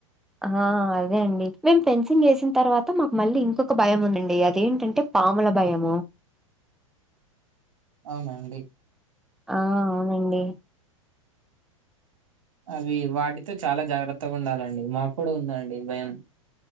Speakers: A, in the centre; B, on the right.
A: ఆ అదే అండి మేము ఫెన్సింగ్ వేసిన తర్వాత మాకు మళ్ళీ ఇంకొక భయం ఉండుండే అదేంటంటే పాముల భయము
B: అవునండి
A: ఆ అవునండి
B: అవి వాటితో చాలా జాగ్రత్తగా ఉండాలండి మాకు కూడా ఉందండి భయం